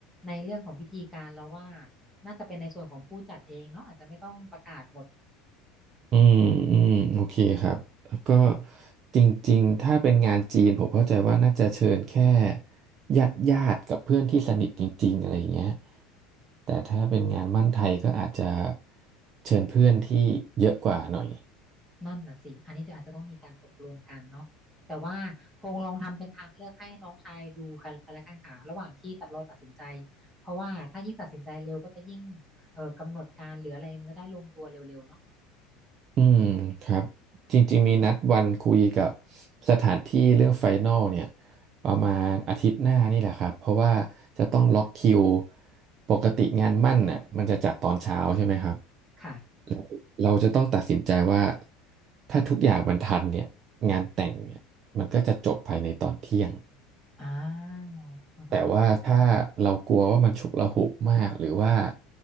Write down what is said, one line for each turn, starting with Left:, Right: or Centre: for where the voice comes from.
Centre: ในเรื่องของพิธีการเราว่าน่าจะเป็นในส่วนของผู้จัดเองเนาะอาจจะไม่ต้องประกาศหมด
Right: อืมอืมโอเคครับแล้วก็จริงๆถ้าเป็นงานจีนผมเข้าใจว่าน่าจะเชิญแค่ญาติญาติกับเพื่อนที่สนิทจริงๆอะไรอย่างเงี้ยแต่ถ้าเป็นงานมั่นไทยก็อาจจะเชิญเพื่อนที่เยอะกว่าหน่อย
Centre: นั่นน่ะสิ อันนี้จะอาจจะต้องมีการตกลงกันเนาะแต่ว่าพงลองทำเป็นทางเลือกให้น้องชายดูกันไปละกันค่ะระหว่างที่ตัดเราตัดสินใจ เพราะว่าถ้ายิ่งตัดสินใจเร็วก็จะยิ่งเอ่อกำหนดการหรืออะไรมันจะได้ลงตัวเร็วๆเนาะ
Right: อืมครับจริงๆมีนัดวันคุยกับสถานที่เรื่องไฟนอลเนี่ยประมาณอาทิตย์หน้านี่แหละครับเพราะว่าจะต้องล็อกคิวปกติงานมั่นน่ะมันจะจัดตอนเช้าใช่ไหมครับ
Centre: ค่ะ
Right: เราเราจะต้องตัดสินใจว่าถ้าทุกอย่างมันทันเนี่ยงานแต่งเนี่ยมันก็จะจบภายในตอนเที่ยง
Centre: อ้าวอือฮะ
Right: แต่ว่าถ้าเรากลัวว่ามันฉุกละหุกมากหรือว่า